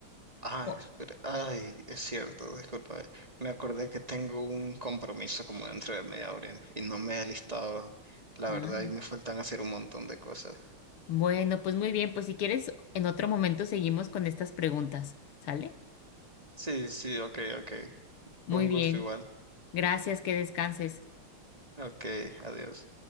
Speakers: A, on the right; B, on the left.
A: Ah,
B: O-
A: espera. Ay, es cierto, disculpa. Me acordé que tengo un compromiso como dentro de media hora y no me he listado, la verdad,
B: ah,
A: y me faltan hacer un montón de cosas.
B: Bueno, pues muy bien, pues si quieres, en otro momento seguimos con estas preguntas, ¿sale?
A: Sí, sí, ok, ok.
B: Muy
A: Un
B: bien,
A: gusto igual.
B: gracias, que descanses.
A: Ok, adiós.